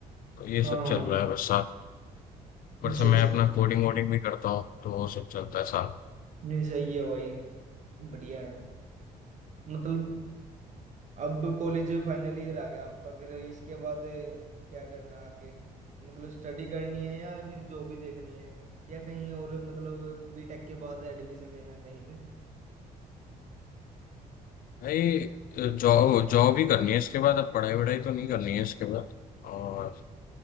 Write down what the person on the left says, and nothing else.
तो ये सब
चल
रहा है बस साथ में ऊपर
से मैं
अपना कोडिंग वोडिंग भी करता हूँ तो वो सब चलता है साथ
भाई जॉब जॉब ही करनी है इसके बाद अब पढ़ाई वढ़ाई तो नहीं करनी है इसके बाद और